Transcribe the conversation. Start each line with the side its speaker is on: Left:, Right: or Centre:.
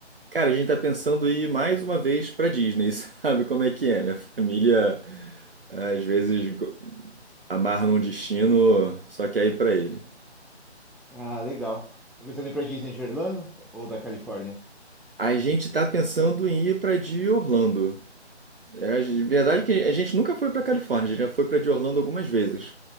Right: Cara, a gente tá pensando em ir mais uma vez pra Disney, <laughs> sabe como é que é, né? Família às vezes go- amarra num destino, só quer ir pra ele.
Centre: Ah, legal. Tá pensando em ir pra Disney de Orlando ou da Califórnia?
Right: A gente tá pensando em ir pra de Orlando. É a gen- verdade é que a gente nunca foi pra Califórnia, a gente já foi pra de Orlando algumas vezes.